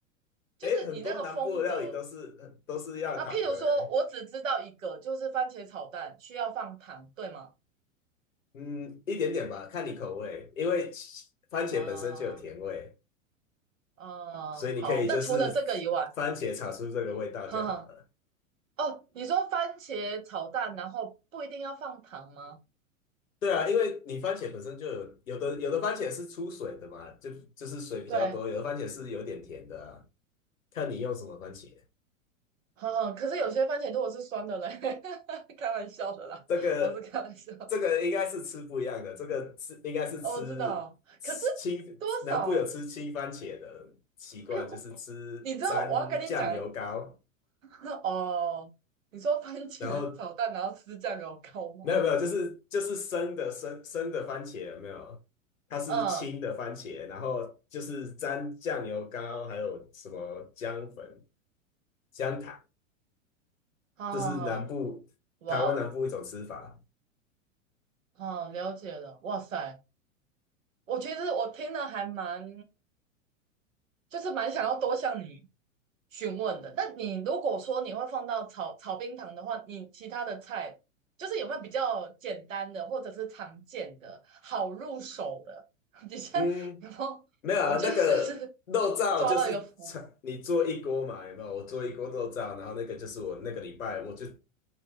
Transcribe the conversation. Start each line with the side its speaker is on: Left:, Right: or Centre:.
Right: 就是你那个风格。
Left: 哎，很多南部的料理都是都是要糖的哎。
Right: 那譬如说，我只知道一个，就是番茄炒蛋需要放糖，对吗？
Left: 嗯，一点点吧，看你口味，因为番茄本身就有甜味，
Right: 啊、啊、
Left: 所以你可以就是
Right: 好，那除了这个以外，
Left: 番茄炒出这个味道就好了。
Right: 哈哈，哦，你说番茄炒蛋，然后不一定要放糖吗？
Left: 对啊，因为你番茄本身就有有的有的番茄是出水的嘛，就就是水比较多，
Right: 对，
Left: 有的番茄是有点甜的啊，看你用什么番茄。
Right: 哈哈，可是有些番茄如果是酸的嘞，<laughs> 开玩笑的啦，
Left: 这个
Right: 我是开玩笑，
Left: 这个应该是吃不一样的，这个吃应该是吃吃青，
Right: 哦，我知道，可是多少？
Left: 南部有吃青番茄的习惯，
Right: 哎，呦。
Left: 就是吃沾酱油膏，
Right: 你知道我要跟你讲，那哦，你说番茄炒蛋然后吃酱油膏吗？
Left: 然后没有没有，就是就是生的生生的番茄有没有？它是青的番茄，
Right: 嗯，
Left: 然后就是沾酱油膏，还有什么姜粉、姜糖，
Right: 好好好，
Left: 就是南部台湾南部一种吃法。
Right: 哇哦，好了解了，哇塞，我其实我听了还蛮，就是蛮想要多向你询问的。那你如果说你会放到炒炒冰糖的话，你其他的菜就是有没有比较简单的，或者是常见的、好入手的？<laughs> 你像有没有？
Left: 嗯，没有啊，
Right: 我觉得就是
Left: 那个肉燥就是炒你做一锅嘛，
Right: 抓到一个福，
Left: 有没有？我做一锅肉燥，然后那个就是我那个礼拜我就